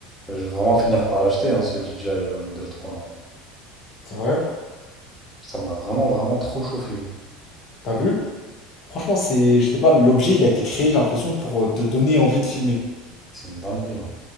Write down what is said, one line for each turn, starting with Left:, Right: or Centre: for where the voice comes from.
Centre: Je vais vraiment finir par l'acheter, hein, ce DJI euh, Model 3 là.
Left: C'est vrai?
Centre: Ça m'a vraiment, vraiment trop chauffé.
Left: T'as vu? Franchement, c'est, je sais pas, l'objet, il a été créé, j'ai l'impression, pour euh, te donner envie de filmer.
Centre: C'est une dinguerie, hein.